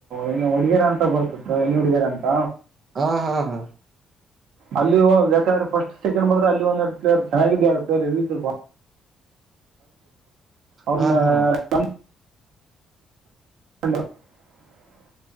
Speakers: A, on the right (about 75°); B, on the right (about 45°).
A: ಏ ಒಡಗರ ಅಂತ ಬರ್ತ ಮಾಡಿದಾರಂತ
B: ಹಾ ಹಾ ಹಾ
A: ಅಲ್ಲಿ ಯಾಕಂದ್ರೆಫಸ್ಟ್ ಸೆಕಂಡ್ ಬಂದ್ರೆ ಅಲ್ಲಿ ಒಂದ ಎರಡು ಪ್ಲೇರ್ ಚೆನ್ನಾಗಿದ್ದು ಎರಡು ಪ್ಲೇಯರ್ ಇದ್ ಅವನ್ನ
B: ಹಾ ಹಾ
A: ನ ಹ